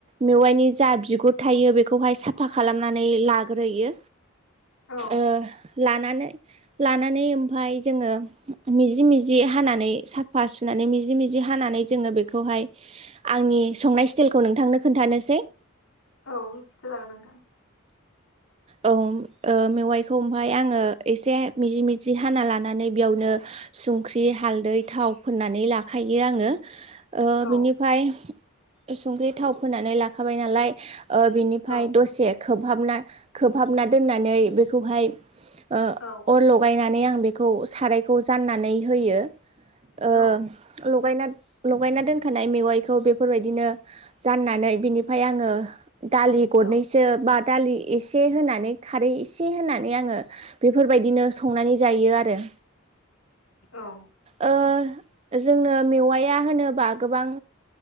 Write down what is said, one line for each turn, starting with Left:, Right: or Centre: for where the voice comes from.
Right: मेवाइनि जा बिगुर थायो बेखौहाय साफा खालामनानै लाग्रोयो
Left: औ
Right: ओ लानानै ओमफाय जोङो मिजि मिजि हानानै साफा सुनानै मि जि मिजि हानानै जोङो बेखौहाय आंनि संनाय स्टाइलखौ नोंथांनो खि्थानोसै
Left: औ खिथा जागोन नोंथां
Right: औ ओ मेवाइखौ ओमाय आङो एसे मिजि मिजि हाना लानानै बेयावनो संख्रि हालदै थाव फोननानै लाखायो आङो
Left: औ
Right: बिनिफ्राय संख्रि थाव फोनानै लाखाबाय नालाय बिनिफ्राय
Left: औ
Right: दसे खोबहाबना खोबहाबना दोननानै बेखौहाय ओ
Left: औ
Right: अर लगायनानै आं आं बेखौ सारायखौ जाननानै होयो ओ
Left: औ
Right: ल लगायना लगायना दोनखानाय मेवाइखौ बेफोरबायदिनो जाननानै बिनिफ्राय आङो दालि गरनैसो
Left: औ
Right: बा दालि एसे होनानै खारै एसे होनानै आङो बेफोरबायदिनो संनानै जायो आरो
Left: औ
Right: ओ जोंनो मेवआ होनोबा गोबां